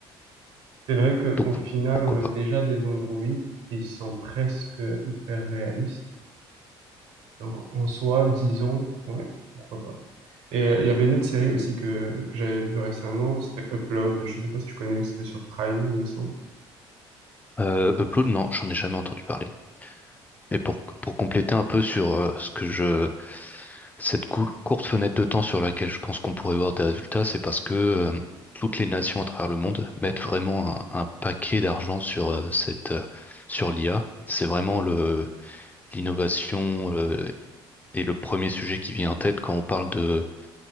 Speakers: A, on the right; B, on the left.
A: C'est vrai qu'au
B: donc
A: final,
B: pourquoi
A: on a
B: pas.
A: déjà des androïdes qui sont presque hyper réalistes. Donc, en soi, disons, ouais, pourquoi pas. Et euh, il y avait une autre série aussi que, que j'avais vue récemment, c'était Upload. Je sais pas si tu connais, c'était sur Prime, il me semble.
B: Euh, Upload, non, j'en ai jamais entendu parler. Et pour, pour compléter un peu sur euh, ce que je Cette cou- courte fenêtre de temps sur laquelle je pense qu'on pourrait voir des résultats, c'est parce que euh, toutes les nations à travers le monde mettent vraiment un, un paquet d'argent sur euh, cette euh, sur l'IA. C'est vraiment le l'innovation euh, et le premier sujet qui vient en tête quand on parle de